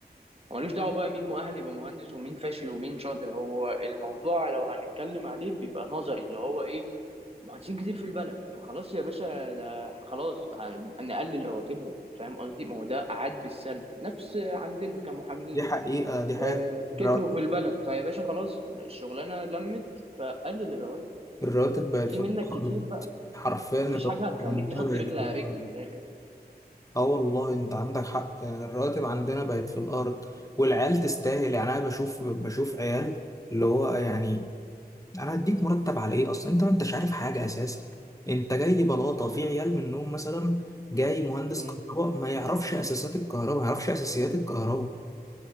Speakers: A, on the right (about 35°); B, on the left (about 20°).
A: هو ملوش دعوه بقى مين مؤهل يبقى مهندس ومين فاشل ومين شاطر هو الموضوع لو هنتكلم عليه بيبقى نظري اللي هو ايه مهندسين كتير في البلد فخلاص يا باشا ده خلاص ه- نقلل رواتبهم فاهم قصدي ما هو ده عاد بالسلب نفس عندنا كمحامين
B: دي حقيقه دي حقيقه
A: آه،
B: الرا-
A: كتروا في البلد فيا باشا خلاص الشغلانه لمت فقلل الرواتب
B: الراتب بقت
A: في
B: في
A: منك
B: الأرض
A: كتير بقى
B: حرفيا الراتب
A: مفيش حاجه هتخليك
B: عندنا
A: تحط
B: بقت
A: رجل
B: في
A: على
B: الأرض
A: رجل من الاخر
B: اه والله انت عندك حق يعني الراتب عندنا بقت في الارض والعيال تستاهل يعني انا بشوف بشوف عيال اللي هو يعني انا هديك مرتب على ايه اصلا انت ما انتش عارف حاجه اساسا انت جاي لي بلاطه في عيال منهم مثلا جاي مهندس
A: مم.
B: كهرباء ما يعرفش اساسات الكهرباء ما يعرفش اساسيات الكهرباء